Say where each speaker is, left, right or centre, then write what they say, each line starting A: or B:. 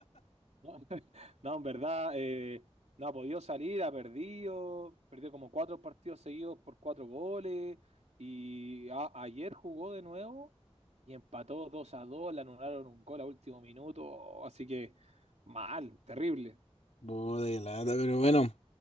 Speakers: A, on the right (about 80°); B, on the left (about 80°).
A: No, <laughs> no, en verdad, eh, no ha podido salir, ha perdido, perdió como cuatro partidos seguidos por cuatro goles y a- ayer jugó de nuevo y empató dos a dos le anularon un gol a último minuto, así que mal, terrible.
B: Puta, qué lata, pero bueno.